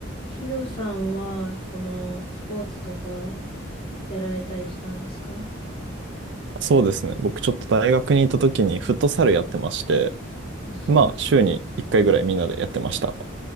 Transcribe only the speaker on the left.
ヒロさんは、その、スポーツとかやられたりしたんですか
あ、そうな、